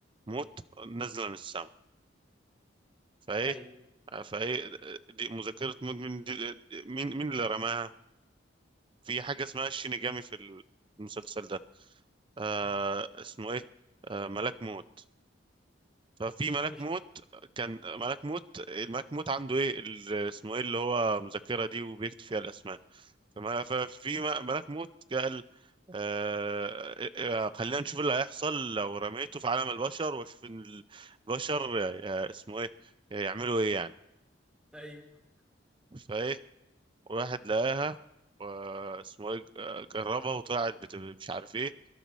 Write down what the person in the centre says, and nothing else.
ايوه
مم.
مش
ايوه